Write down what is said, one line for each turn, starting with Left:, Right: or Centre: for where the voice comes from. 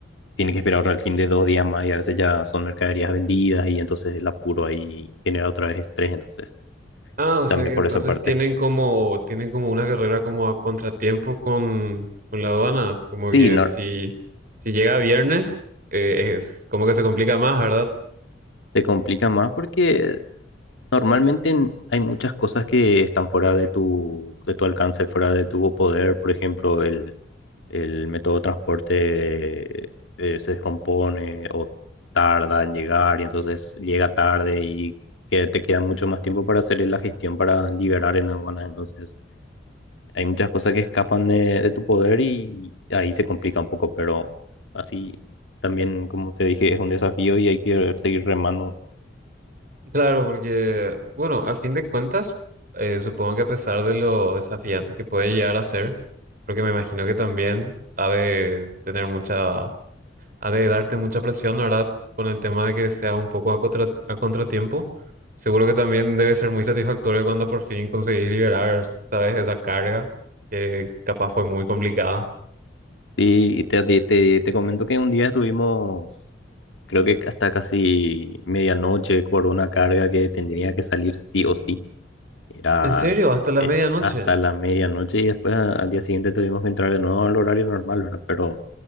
Left: tiene que esperar al fin de dos días más y a veces ya son mercaderías vendidas y entonces el apuro ahí genera otra vez estrés, entonces
Right: Ah, o
Left: también
Right: sea que
Left: por
Right: entonces
Left: esa parte.
Right: tienen como, tienen como una carrera como a contratiempo con, con la aduana, como
Left: Sí,
Right: que
Left: no,
Right: si, si llega viernes, eh, es como que se complica más, ¿verdad?
Left: te complica más porque normalmente en- hay muchas cosas que están fuera de tu, de tu alcance, fuera de tu poder, por ejemplo, el el método de transporte eh, se descompone o tarda en llegar y entonces llega tarde y que te queda mucho más tiempo para hacer la gestión para liberar en aduanas. Entonces hay muchas cosas que escapan de, de tu poder y ahí se complica un poco, pero así también, como te dije, es un desafío y hay que seguir remando.
Right: Claro, porque, bueno, al fin de cuentas, eh, supongo que a pesar de lo desafiante que puede llegar a ser, porque me imagino que también ha de tener mucha, ha de darte mucha presión, ¿no, ¿verdad? Con el tema de que sea un poco a contra- a contratiempo. Seguro que también debe ser muy satisfactorio cuando por fin conseguís liberar, ¿sabes? Esa carga que capaz fue muy complicada.
Left: Sí, Y te, te, te, te comento que un día estuvimos, creo que hasta casi medianoche, por una carga que tendría que salir sí o sí. Era
Right: En serio, hasta la
Left: eh,
Right: medianoche
Left: hasta la medianoche y después a- al día siguiente tuvimos que entrar de nuevo al horario normal, ¿verdad? Pero